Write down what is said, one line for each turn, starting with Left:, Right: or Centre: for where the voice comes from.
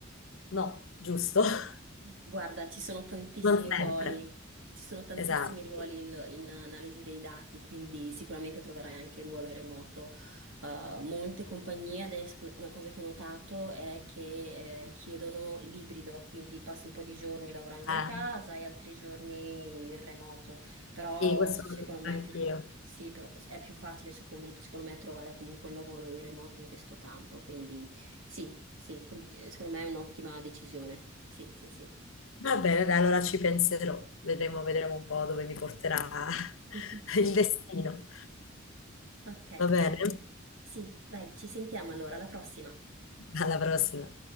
Left: no, giusto? <laughs>
Right: Guarda, ci sono tantissimi
Left: Non
Right: ruoli,
Left: sempre.
Right: ci sono tantissimi
Left: Esatto.
Right: ruoli in, in analisi dei dati, quindi sicuramente troverai anche ruolo remoto. Uh, molte compagnie adesso, una cosa che ho notato è che eh, richiedono l'ibrido, quindi passi un po' di giorni lavorando
Left: Eh,
Right: da casa e altri giorni in remoto, però
Left: sì, questo
Right: secondo
Left: lo penso
Right: me
Left: anch'io.
Right: è più, sì, però è più facile secondo secondo me trovare comunque un lavoro in remoto in questo campo, quindi sì, sì, con- eh, secondo me è un'ottima decisione. Sì, sì, sì.
Left: Va bene, dai, allora ci penserò. Vedremo, vedremo un po' dove mi porterà <laughs>
Right: <laughs>
Left: il destino.
Right: Ok,
Left: Va bene?
Right: dai. Sì, dai, ci sentiamo allora, alla prossima.
Left: Alla prossima.